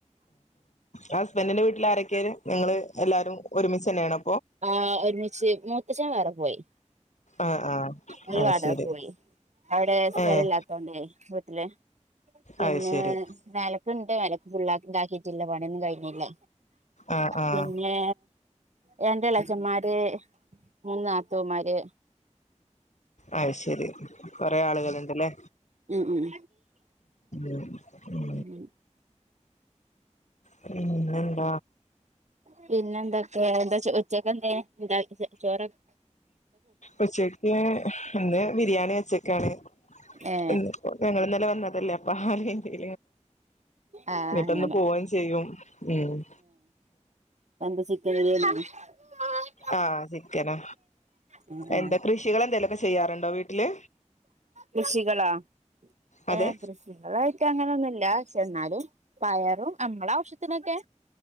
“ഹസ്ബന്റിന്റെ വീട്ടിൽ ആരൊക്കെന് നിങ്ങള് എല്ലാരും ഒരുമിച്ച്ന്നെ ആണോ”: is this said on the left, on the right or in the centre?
Left